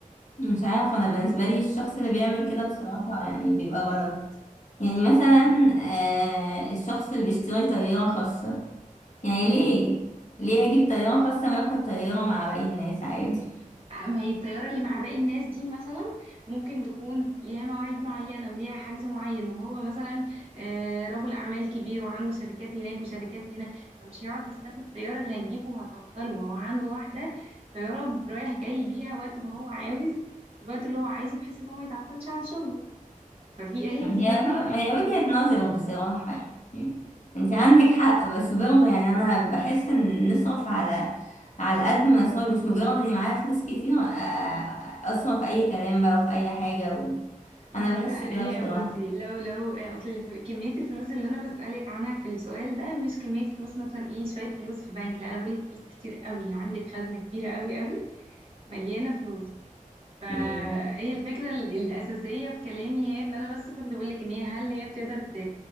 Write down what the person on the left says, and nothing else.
مش عارفة انا بالنسبة لي الشخص اللي بيعمل كده بصراحة يعني بيبقى غلط يعني مثلا آه الشخص اللي بيشتري طيارة خاصة يعني ليه ليه اجيب طيارة خاصة ما اركب طيارة مع باقي الناس عادي
هي
هي وجهة نظر بصراحة يعني انت عندك حق بس برضه يعني انا بحس ان نصرف على على قد ما اصرف مش مجرد اني معايا فلوس كتير آه، اصرف اي كلام بقى وفي اي حاجة و...
انا بحس كده
بصراحة
مم.